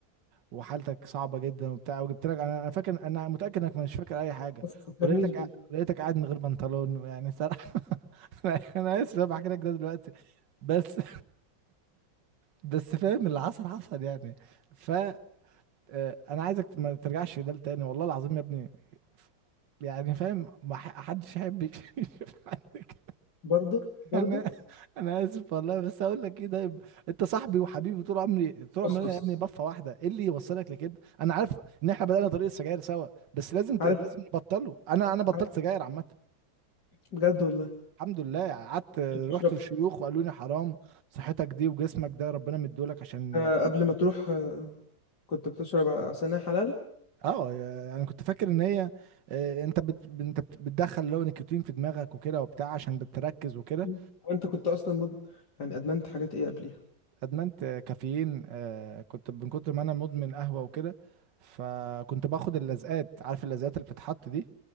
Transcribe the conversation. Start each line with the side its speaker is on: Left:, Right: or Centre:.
Right: وحالتك صعبه جدا وبتاع وجبت لك انا انا فاكر انا متاكد انك مش فاكر اي حاجه
Left: بس ما تفكرنيش
Right: ولقيتك
Left: بال
Right: قا- لقيتك قاعد من غير بنطلون يعني صراحه <laughs> انا أنا اسف إن انا بحكي لك ده دلوقتي بس بس فاهم اللي حصل حصل يعني ف آه، انا عايزك ما ترجعش ده تاني والله العظيم يا ابني يعني فاهم ما ح- حدش يحب يشوف <laughs> عندك
Left: برضه برضه
Right: انا <laughs> انا اسف والله بس اقول لك ايه ده يب- انت صاحبي وحبيبي طول عمري طول
Left: بص
Right: عمرنا
Left: بص
Right: يا ابني بفه واحده ايه اللي يوصلك لكده انا عارف ان احنا بدأنا طريق السجاير سوا بس لازم ت...
Left: عارف
Right: لازم نبطله انا انا بطلت
Left: عارف
Right: سجاير عامه
Left: بجد والله
Right: الحمد لله قعدت
Left: بتشرب
Right: رحت للشيوخ وقالوا لي حرام صحتك دي وجسمك ده ربنا مديهولك عشان
Left: آه، قبل ما تروح آه، كنت بتشرب عصير حلال
Right: اه آه، يا- انا كنت فاكر ان هي آه، انت بت... انت بت- بتدخل اللي هو نيكوتين في دماغك وكده وبتاع عشان بتركز وكده
Left: مم. وانت كنت اصلا مد... يعني ادمنت حاجات ايه قبليها
Right: ادمنت كافيين آه، كنت من كتر ما انا مدمن قهوه وكده فكنت باخد اللزقات عارف اللزقات اللي بتتحط دي